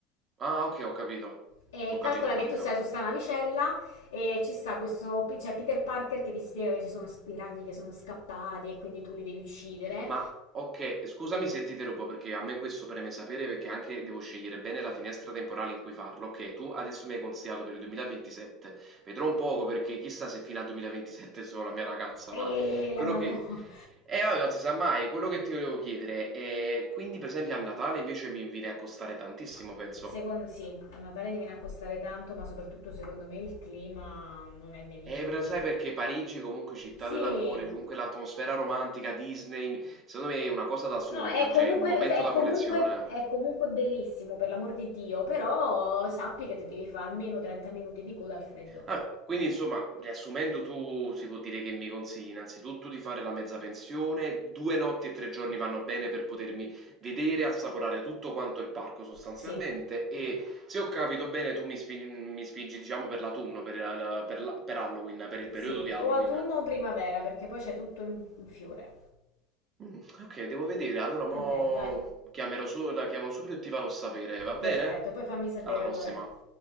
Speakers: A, on the right; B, on the left.
A: Ah, ok, ho capito.
B: E
A: Ho capito,
B: calcola
A: ho capito.
B: che tu sei su sta navicella e ci sta questo, c'è Peter Parker che ti spiega che ci sono i ragni che sono scappati e quindi tu li devi uccidere.
A: Ma ok, scusami se ti interrompo perché a me questo preme sapere perché anche devo scegliere bene la finestra temporale in cui farlo. Ok, tu adesso mi hai consigliato per il 2027. Vedrò un poco perché chissà se fino al 2027 sono la mia ragazza,
B: E
A: ma
B: la
A: quello
B: madonna.
A: che... Eh vabbè, non si sa mai, quello che ti volevo chiedere è... Quindi per esempio a Natale invece mi viene a costare tantissimo,
B: <laughs>
A: penso.
B: Secondo sì, a Natale ti viene a costare tanto, ma soprattutto secondo me il clima non è dei migliori.
A: Eh, però sai perché Parigi comunque città
B: Sì,
A: dell'amore, comunque l'atmosfera romantica, Disney, secondo me è una cosa da sogno,
B: No, è comunque,
A: cioè un momento
B: è
A: da
B: comunque,
A: collezione.
B: è comunque bellissimo, per l'amor di Dio, però sappi che ti devi fare almeno 30 minuti di coda al freddo.
A: Ah, quindi insomma, riassumendo, tu si può dire che mi consigli innanzitutto di fare la mezza pensione, due notti e tre giorni vanno bene per potermi vedere, assaporare tutto quanto il parco sostanzialmente
B: Sì,
A: e se ho capito bene tu mi, spin- mi spingi diciamo per l'autunno, per, la- per la- per Halloween, per il periodo
B: sì,
A: di Halloween.
B: o autunno o primavera, perché poi c'è tutto in, in fiore.
A: Mm, ok, devo vedere, allora mo
B: Va bene, dai,
A: chiamerò su, la chiamo subito e ti farò sapere, va bene?
B: perfetto, poi fammi sapere
A: Alla prossima.
B: allora.